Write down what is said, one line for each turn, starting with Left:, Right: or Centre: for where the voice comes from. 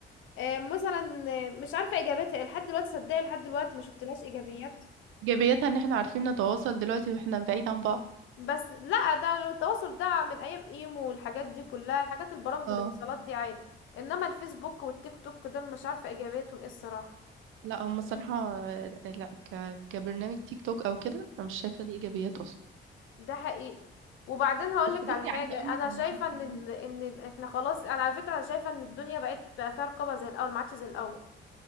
Left: إيه، مثلا إيه، مش عارفه ايجابياتها إيه. لحد دلوقتي صدقي لحد دلوقتي ما شفتلهاش ايجابيات
Right: ايجابيتها ان احنا عارفين نتواصل دلوقتي واحنا بعيد عن بعض
Left: بس لا ده التواصل ده من ايام ايمو والحاجات دي كلها الحاجات البرامج
Right: اه
Left: الاتصالات دي عادي انما الفيسبوك والتيك توك دول مش عارفه ايجابيتهم ايه الصراحه
Right: لا هم الصراحة آه، لا ك... كبرنامج تيك توك او كده انا مش شايفة ليه ايجابيات اصلا
Left: ده حقيقي وبعدين هقولك
Right: بس بصي
Left: على حاجه
Right: عايزة اقول لك
Left: انا
Right: انا
Left: شايفه
Right: شفت
Left: ان
Right: إن
Left: ال... ان ال... احنا خلاص انا على فكره انا شايفه ان الدنيا بقت بقى فيها رقابه زي الاول ما عادش زي الاول